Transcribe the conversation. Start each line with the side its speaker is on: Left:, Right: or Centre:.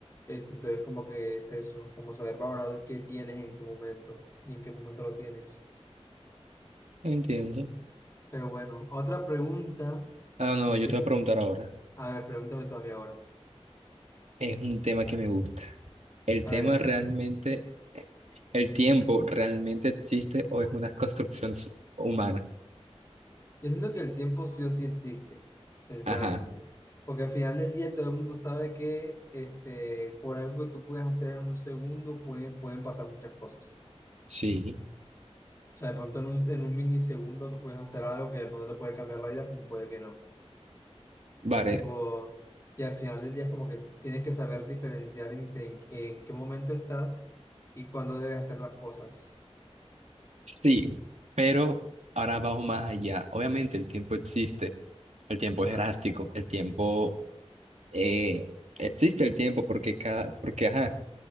Left: Este, entonces como que es eso, como saber valorar qué tienes en qué momento y en qué momento lo tienes.
Right: entiendo.
Left: Pero bueno, otra pregunta.
Right: Ah, no, yo
Left: que-
Right: te voy a preguntar ahora.
Left: A ver, pregúntame tú a mí ahora.
Right: Es un tema que me gusta. ¿El
Left: A
Right: tema
Left: ver.
Right: realmente, el tiempo realmente existe o es una construcción su- humana?
Left: Yo siento que el tiempo sí o sí existe, sinceramente.
Right: Ajá,
Left: Porque al final del día todo el mundo sabe que este, por algo que tú puedes hacer en un segundo pueden, pueden pasar muchas cosas.
Right: sí.
Left: O sea, de pronto en un, en un milisegundo tú puedes hacer algo que de pronto te puede cambiar la vida, como puede que no.
Right: Vale,
Left: Tipo, y al final del día es como que tienes que saber diferenciar entre en, en qué momento estás y cuándo debes hacer las cosas.
Right: sí, pero ahora vamos más allá. Obviamente el tiempo existe. El tiempo
Left: Ajá,
Right: es elástico, el tiempo eh, existe el tiempo porque cada, porque ajá,